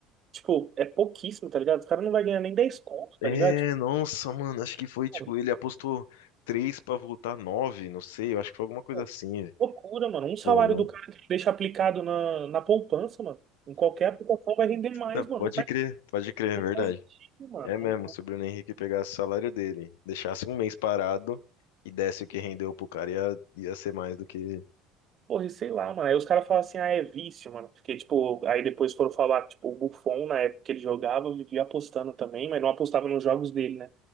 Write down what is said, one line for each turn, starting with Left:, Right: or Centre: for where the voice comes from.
Right: Tipo, é pouquíssimo, tá ligado? Os caras não vai ganhar nem 10 conto, tá
Left: É,
Right: ligado? Tipo,
Left: nossa, mano, acho que foi tipo,
Right: pô,
Left: ele apostou três pra voltar nove, não sei, eu acho que foi alguma coisa
Right: pô,
Left: assim. velho.
Right: loucura, mano. Um salário
Left: Pô, não,
Right: do cara que deixa aplicado na, na poupança, mano. Em qualquer aplicação vai render mais,
Left: não,
Right: mano.
Left: pode
Right: Não faz,
Left: crer, pode crer, é
Right: não
Left: verdade.
Right: faz sentido, mano.
Left: É mesmo,
Right: Não, não...
Left: se o Bruno Henrique pegasse o salário dele, deixasse um mês parado e desse o que rendeu pro cara, ia, ia ser mais do que.
Right: Porra, e sei lá, mano. Aí os caras falam assim, ah, é vício, mano. Porque, tipo, aí depois foram falar, tipo, o Buffon, na época que ele jogava, vivia apostando também, mas não apostava nos jogos dele, né?